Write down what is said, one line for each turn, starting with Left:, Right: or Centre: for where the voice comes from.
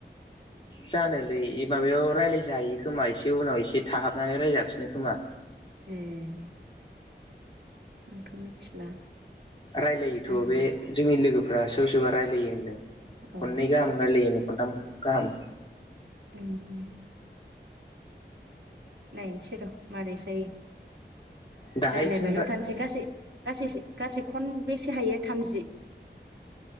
Left: जानोलै माबायाव रायज्लाय जायो खोमा एसे उनाव एसे थाहाबनानै रायलाय जाफिनो खोमा।
Right: ए आंथ' मिथिला
Left: रायलायोथ'
Right: मारै
Left: बे
Right: मारै
Left: जोंनि लोगोफ्रा सोरबा सोरबा रायलायो होनदों खननै
Right: औ
Left: गाहाम रायलायोनो खन्थाम गाहाम
Right: ओम ओम नायनोसै‌ र मारै स
Left: दाहाय
Right: रायलायबायल'
Left: फिन
Right: थानोसै गासै गासै गासै खनबेसे हायो थामजि